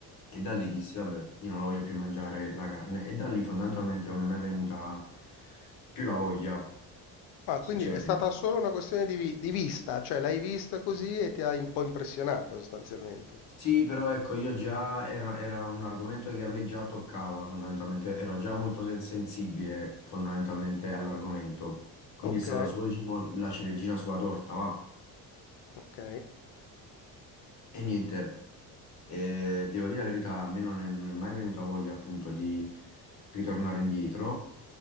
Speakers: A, on the left; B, on the left.
A: e da lì dissi, vabbè, io non la voglio più mangiare la carne e da lì fondamentalmente non mi è mai venuta più la voglia,
B: Ah,
A: sinceramente.
B: quindi è stata solo una questione di, vi- di vista, cioè l'hai vista così e ti ha un po' impressionato sostanzialmente.
A: Sì, però ecco, io già era, era un argomento che a me già toccava fondamentalmente, ero già molto sen- sensibile fondamentalmente all'argomento, quindi
B: Ok,
A: è stata solo, diciamo, la ciliegina sulla torta, va?
B: ok,
A: E niente, eh, devo dire la verità, a me non è, non è mai venuta voglia appunto di ritornare indietro